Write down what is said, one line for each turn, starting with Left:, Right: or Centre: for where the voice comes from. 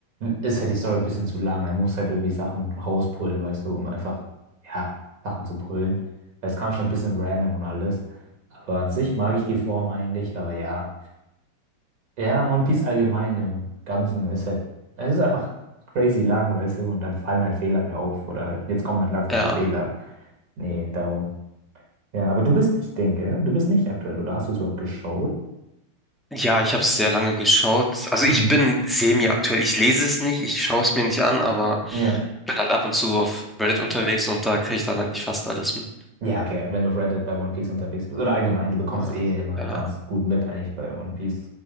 Right: ist halt die Story ein bisschen zu lang. Er muss halt irgendwie Sachen rauspullen, weißt du, um einfach, ja, Sachen zu pullen. Weil es kam schon ein bisschen random und alles. Aber an sich mag ich die Form eigentlich, aber ja. Ja, One Piece allgemein im Ganzen ist halt, es ist einfach crazy lang, weißt du, und dann fallen halt Fehler mehr auf. Oder halt, jetzt kommen halt langsam
Centre: Ja,
Right: so Fehler. Nee, darum. Ja, aber du bist nicht Ding, gell? Du bist nicht aktuell, oder hast du es überhaupt geschaut?
Centre: ja, ich habe es sehr lange geschaut. Also
Right: Mhm.
Centre: ich bin semi-aktuell. Ich lese es nicht, ich schaue es mir nicht an, aber
Right: Ja.
Centre: bin halt ab und zu auf Reddit unterwegs und da kriege ich dann halt nicht fast alles mit.
Right: Ja, okay, wenn du auf Reddit bei One Piece unterwegs bist. Oder allgemein, du bekommst
Centre: Ja,
Right: eh immer
Centre: ja,
Right: ganz gut mit eigentlich bei One Piece.